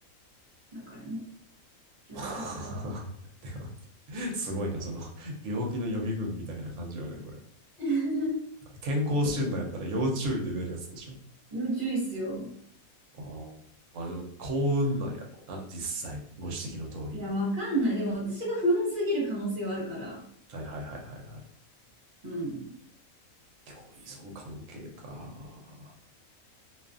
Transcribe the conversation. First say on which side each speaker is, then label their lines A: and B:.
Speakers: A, on the right; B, on the right.
A: だからね、気をつけてください。
B: <laughs> でもすごいな、その、病気の予備軍みたいな感じよね、これ。
A: <laughs>
B: 健康診断やったら要注意で出るやつでしょ。
A: 要注意っすよ。
B: あまあでも、幸運なんやろうな、実際。ご指摘の通り。
A: いや、わかんない。でも私が不運すぎる可能性はあるから。
B: はいはいはいはいは
A: うん。
B: い。共依存関係か。